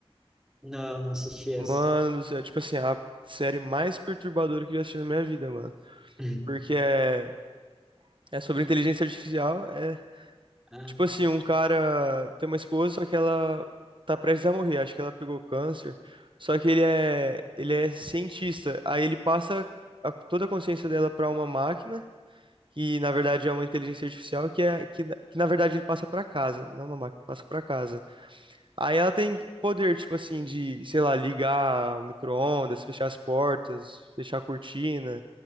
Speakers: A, in the centre; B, on the right (about 50°).
A: não, não assisti essa.
B: Mano do céu, tipo assim, a série mais perturbadora que eu já assisti na minha vida, mano.
A: Hum.
B: Porque é, é sobre inteligência artificial, é
A: Ah,
B: tipo assim, um cara tem uma esposa, só que ela tá prestes a morrer, acho que ela pegou câncer. Só que ele é, ele é cientista, aí ele passa a- toda a consciência dela pra uma máquina, que na verdade é uma inteligência artificial, que é que, na- que na verdade ele passa pra casa, não uma máquina, passa pra casa. Aí ela tem poder, tipo assim, de, sei lá, ligar o micro-ondas, fechar as portas, fechar a cortina,